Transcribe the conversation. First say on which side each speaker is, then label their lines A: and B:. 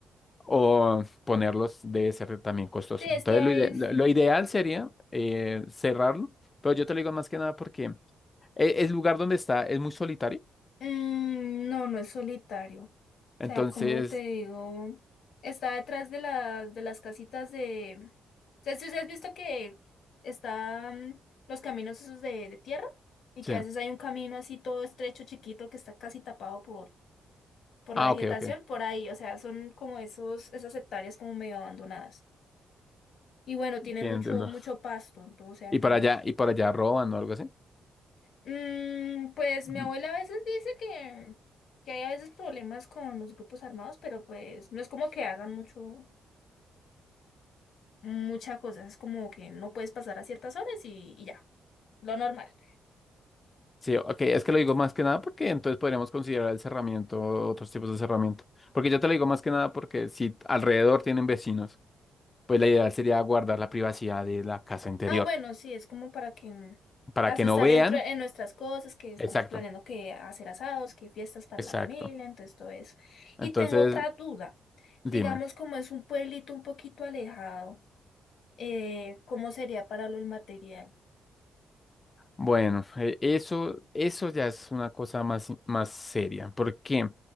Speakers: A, on the left; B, on the left.
A: o ponerlos debe ser también costoso.
B: Sí, es
A: Entonces,
B: que
A: lo, ide-
B: es...
A: lo- lo ideal sería eh, cerrarlo, pero yo te lo digo más que nada porque e- el, lugar donde está es muy solitario.
B: mm, no, no es solitario.
A: Entonces,
B: O sea, como te digo, está detrás de las, de las casitas de... O sea, si has visto que están los caminos esos de, de tierra y
A: sí.
B: que a veces hay un camino así todo estrecho, chiquito, que está casi tapado por, por
A: Ah,
B: la vegetación,
A: ok, ok.
B: por ahí. O sea, son como esos, esas hectáreas como medio abandonadas. Y bueno,
A: Sí,
B: tiene mucho,
A: entiendo.
B: mucho pasto, entonces, o sea,
A: Y
B: tienes...
A: para allá, y para allá roban o algo así.
B: Mm, pues mi
A: Ujú.
B: abuela a veces dice que, que hay a veces problemas con los grupos armados, pero pues no es como que hagan mucho, mucha cosa, es como que no puedes pasar a ciertas horas y, y ya, lo normal.
A: Sí, ok, es que lo digo más que nada porque entonces podríamos considerar el cerramiento, otros tipos de cerramiento. Porque yo te lo digo más que nada porque si alrededor tienen vecinos, pues la idea sería guardar la privacidad de la casa interior
B: Ah, bueno, sí, es como para que mm,
A: para
B: as-
A: que
B: estar
A: no vean.
B: dentro en nuestras cosas, que estamos
A: Exacto,
B: planeando que hacer asados, que fiestas para
A: exacto.
B: la familia, entonces todo eso.
A: Entonces,
B: Y tengo otra duda,
A: dime.
B: digamos como es un pueblito un poquito alejado, eh, ¿cómo sería para lo del material?
A: Bueno, eh, eso, eso ya es una cosa más, más seria. ¿Por qué?